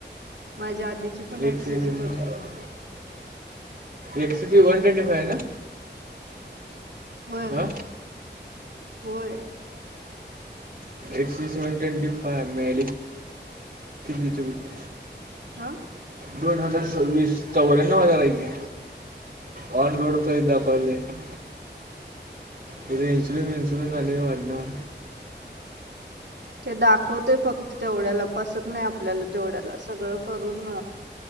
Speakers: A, on the right; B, on the right.
A: माझी आधीची पण एक्सेसच
B: एक्सिस
A: होती.
B: एक्सेस किती वन ट्वेंटी फाय ना?
A: होय
B: आं?
A: होय.
B: X S one twenty five मिळाली <unintelligible>
A: हां?
B: दोन हजार सव्वीस. चौऱ्यांनव हजार आहे की. ऑन रोड <unintelligible> ते इन्शुरन्स विन्शुरन्सले वाढणार.
A: तो दाखवतोय फक्त तेवढ्याला. बसत नाही आपल्याला तेवढ्यात. सगळं करून